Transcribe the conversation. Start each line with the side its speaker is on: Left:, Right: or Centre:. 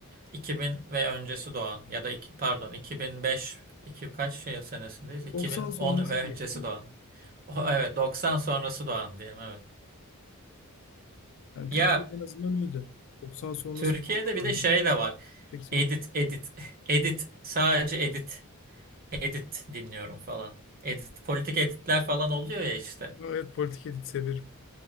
Right: 2000 ve öncesi doğan ya da iki, pardon 2005 iki kaç şey senesindeyiz? 2010
Left: 90 sonrası
Right: ve
Left: diyelim.
Right: öncesi doğan. O, evet 90 sonrası doğan diyelim evet.
Left: Yani Türkiye'de
Right: Ya
Left: en azından öyle. 90 sonrası
Right: Türkiye'de
Left: doğanlar
Right: bir de
Left: ayrı.
Right: şey de var.
Left: 80.
Right: Edit edit <laughs> edit sadece edit edit dinliyorum falan. Edit politik editler falan oluyor ya işte.
Left: Evet politik edit severim.